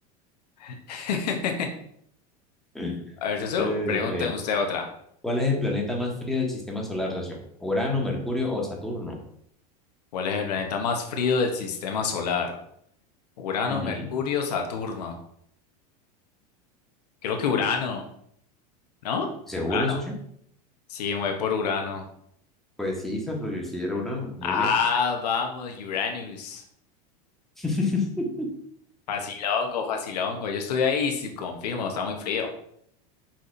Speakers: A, on the left (about 85°); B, in the centre.
A: <laughs>
B: <laughs>
A: A ver, socio,
B: Eh,
A: pregúnteme
B: mire,
A: usted otra.
B: ¿Cuál es el planeta más frío del sistema solar, socio? ¿Urano, Mercurio o Saturno?
A: ¿Cuál es el planeta más frío del sistema solar? Urano,
B: Ujú.
A: Mercurio, Saturno. Creo que Urano, ¿no?
B: ¿Seguro,
A: Urano.
B: socio?
A: Sí, me voy por Urano.
B: Pues sí, socio, sí era Urano. Muy
A: Ah,
B: bien.
A: vamos, Uranus.
B: <laughs>
A: Facilongo, facilongo. Yo estoy ahí, sí, confirmo, está muy frío.